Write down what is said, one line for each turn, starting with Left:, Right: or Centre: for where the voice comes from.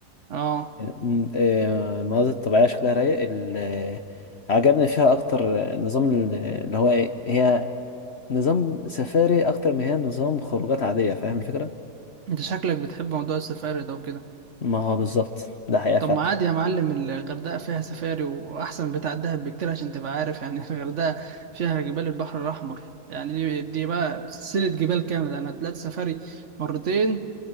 Right: اه
Left: م- آه، المناظر الطبيعية شكلها رايق ال- آه، عجبني فيها أكتر آه، نظام ال- آه، اللي هو إيه هي نظام سفاري أكتر ما هي نظام خروجات عادية فاهم الفكرة؟
Right: انت شكلك بتحب موضوع السفاري ده وكده
Left: ما هو بالظبط ده حقيقة
Right: طب
Left: فعلا
Right: ما عادي يا معلم الغردقة فيها سفاري وأحسن بتاع الدهب بكتير عشان تبقى عارف يعني <laughs> الغردقة فيها جبال البحر الأحمر يعني دي دي بقى سلسلة جبال كاملة يعني هتلاقي سفاري مرتين